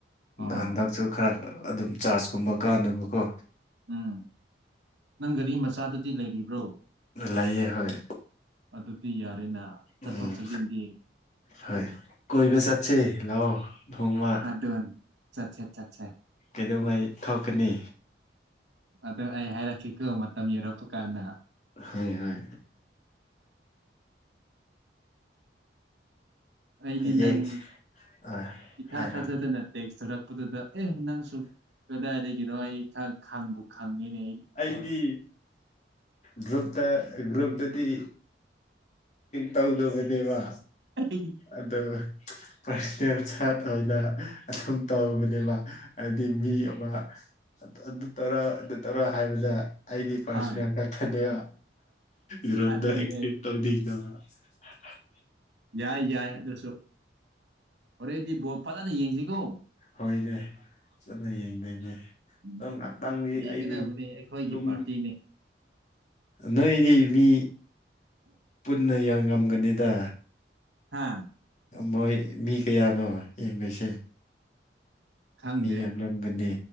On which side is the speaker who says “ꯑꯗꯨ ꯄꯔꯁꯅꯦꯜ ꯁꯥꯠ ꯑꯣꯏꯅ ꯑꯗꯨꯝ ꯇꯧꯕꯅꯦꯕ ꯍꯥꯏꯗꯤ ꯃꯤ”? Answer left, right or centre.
Left